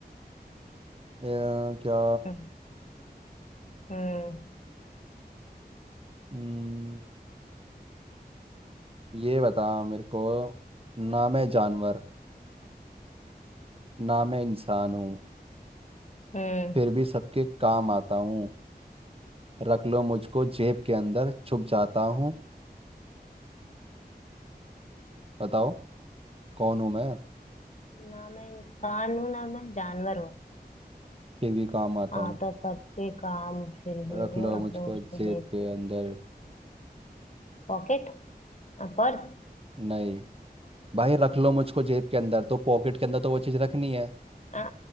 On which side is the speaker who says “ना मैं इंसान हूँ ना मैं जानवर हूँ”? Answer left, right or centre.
Left